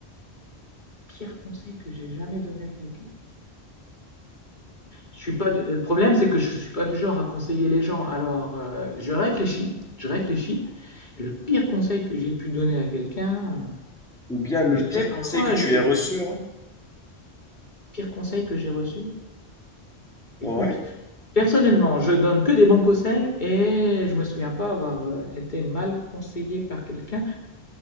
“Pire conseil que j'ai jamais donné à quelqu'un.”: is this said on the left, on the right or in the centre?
Left